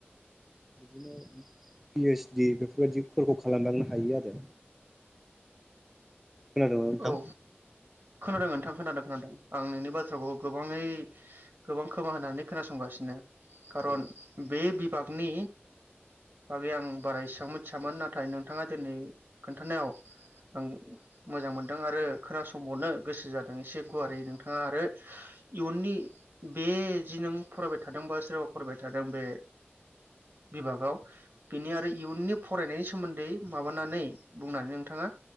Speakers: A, in the centre; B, on the right.
A: बिदिनो पिओइसडि बेफोरबायदिफोरखौ खालामलांनो हायो आरो खोनादोंना नोंथां
B: औ खोनादों आदा नोंथां खोनादों खोनादों आं नोंनि बाथ्राखौ गोबाङै गोबां खोमा होननानै खोनासंगासिनो खारन
A: औ
B: बे बागनि बागै आं बारा इसेबां मिथियामोन नाथाय नोंथाङा दिनै खोन्थानायाव आं
A: औ
B: मोजां मोनदों आरो खोनासावनो गोसो जादों एसे गुवारै नोंथाङा आरो इयुननि बे जि नों फरायबाय थादोंबा सोरबा फरायबाय थादों बे बिभागाव बिनि आरो इयुननि फरायनायनि सोमोन्दै माबानानै बुंनानै नोंथाङा